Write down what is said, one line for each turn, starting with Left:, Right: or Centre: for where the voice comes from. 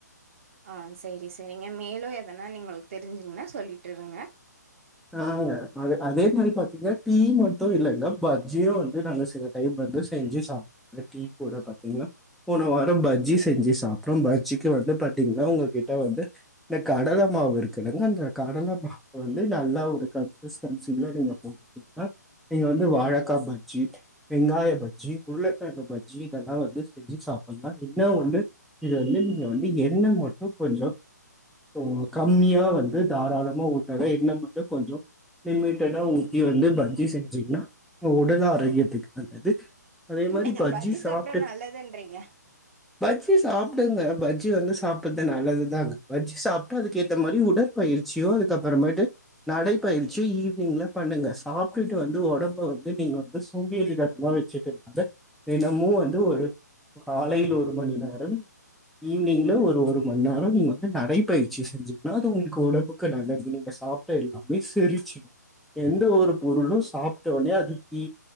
Right: ஆ செரி செரிங்க மேலு எதனா நீங்களுக்கு தெரிஞ்சிங்கன்னா சொல்லிட்டுருங்க
Centre: ஆங்க அ அதே மாதிரி பாத்தீங்கன்னா டீ மட்டு இல்லங்க பஜ்ஜியு வந்து நாங்க சேதோ டைம் வந்து செஞ்சு சாப்ட்ரு டீ கூட பாத்தீங்கன்னா போன வாரோ பஜ்ஜி செஞ்சு சாப்டோ பஜ்ஜிக்கு வந்து பாத்தீங்ன்னா உங்ககிட்ட வந்து இந்த கடல மாவு இருக்குலங்க அந்த கடல மாவு வந்து ந நல்ல ஒரு கன்ஸ்டன்டனங்சிங்ல நீங்க போட்டிட்ங்கன நீங்க வந்து வாழக்கா பஜ்ஜி வெங்காய பஜ்ஜி உருளக்கிழங்கு பஜ்ஜி இதெல்லா வந்து செஞ்சு சாப்பிட்லா இன்ன வந்து இது வந்து நீங்க வந்து என்ன மட்டு கொஞ்சம் உங்ளுக் கம்மியா வந்து தாராளமா ஊத்தாத என்ன மட்டு கொஞ்சோ லிமிட்டடா ஊட்டி வந்து பஜ்ஜி செஞ்சீங்கன்னா உடல் ஆரோக்கியத்துக்கு நல்லது அதே மாதிரி
Right: என்னங்க பஜ்ஜி
Centre: சாப்பிட்டு
Right: சாப்டா நல்லதுன்றீங்க
Centre: பஜ்ஜி சாப்புடுங்க பஜ்ஜி வந்து சாப்புட்து நல்லதுதாங்க பஜ்ஜி சாப்பிட்டா அதுக்கு ஏத்த மாரி உடல் பயிற்சியோ அதுக்கப்புறமேட்டு நடைப்பயிற்சி ஈவினிங்ல பண்ணுங்க சாப்ட்டுட்டு வந்து உடம்ப வந்து நீங்க வந்து சோம்பிஏரிகள் தனமா வச்சி த த தினமு வந்து ஒரு காலையில ஒரு மண் நேரம் ஈவினிங்ல ஒரு ஒரு மண் நேரோ நீங்க வந்து நடைப்பயிற்சி செஞ்சுங்கன்னா அது உங்களுக்கு உடம்புக்கு நல்லது நீங்க சாப் ச எல்லாமே செரிச்சிடு எந்த ஒரு பொருளு சாப்ட்டோனே அதுக் கி